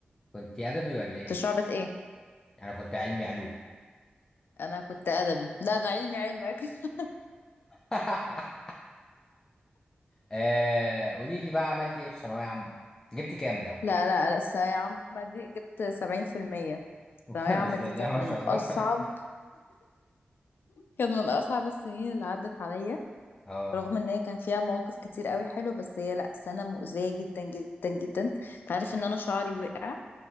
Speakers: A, on the left; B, on the left.
A: كنت ادبي ولا
B: كنت
A: ايه
B: شعبة ايه
A: انا كنت علمي علوم
B: انا كنت ادبي لا انا علمي علمك <laughs>
A: <laughs> آه قولي لي بقى عملت ايه في ثانويه عامه جبت كام لو
B: لا لا لا الثانوية عامة دي جبت سبعين في المية الثانوية
A: <laughs>
B: عامة
A: بسم
B: دي
A: الله
B: كانت
A: ما
B: من
A: شاء الله
B: أصعب
A: <laughs>
B: كانت من أصعب السنين اللي عدت عليا
A: اه
B: رغم ان هي كان فيها مواقف كتير قوي حلو بس هي لا سنة مؤذية جدا جدا جدا تعرف ان انا شعري وقع